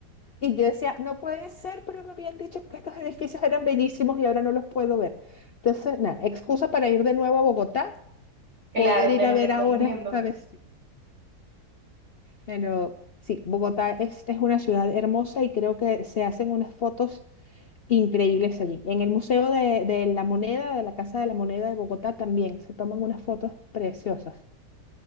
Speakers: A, on the left; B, on the right.
A: y yo decía, no puede ser, pero me habían dicho que estos edificios eran bellísimos y ahora no los puedo ver. Entonces, nada, excusa para ir de nuevo a Bogotá,
B: Claro,
A: poder ir
B: te los
A: a ver
B: recomiendo.
A: ahora esta vez sí. Pero sí, Bogotá es, es una ciudad hermosa y creo que se hacen unas fotos increíbles allí. En el Museo de, de la Moneda, de la Casa de la Moneda de Bogotá también se toman unas fotos preciosas.